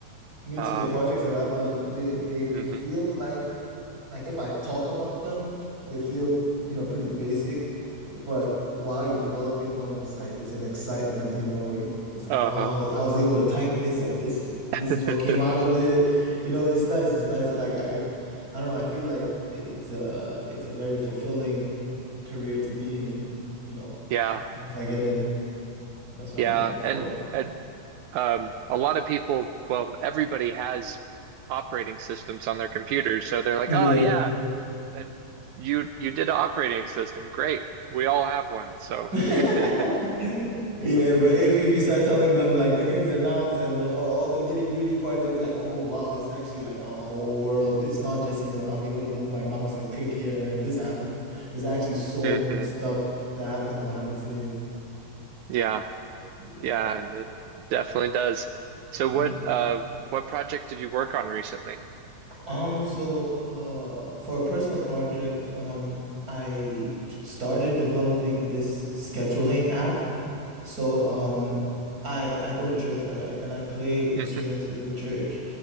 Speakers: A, on the right; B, on the right.
A: Me
B: Um,
A: too. The projects that I've done, they they they
B: hmm
A: feel like like if I talk about them, they feel, you know, pretty basic. But while you're developing them, it's like it's an excitement, you know. You- It's like,
B: Uh-huh.
A: wow, I was able to type this and this this
B: <laughs>
A: is what came out of it. You know, it's nice, it's nice. Like I I don't know, I feel like it's a it's a very fulfilling career to be in, you know,
B: Yeah.
A: once I get in. That's what
B: Yeah.
A: I'm looking for.
B: And and um a lot of people, well, everybody has operating systems on their computers, so they're like,
A: Yeah.
B: "Oh yeah, uh, you you did an operating system. Great. We all have one." So
A: <laughs>
B: <laughs>
A: Yeah, but if if you start telling them like the ins and outs and all, all the nitty-gritty parts, they'll be like, "Oh wow, it's actually like a whole world. It's not just, you know, I'm able to move my mouse and click here and then this happens. There's actually so
B: hmm
A: much stuff that happens behind the scenes."
B: Yeah.
A: Yeah.
B: Yeah, and it definitely does. So what
A: Mm.
B: uh what project did you work on recently?
A: Um, so uh for a personal project, um I ch- started developing this scheduling app So um I I go to church, right? And I play instruments
B: hmm
A: in the church.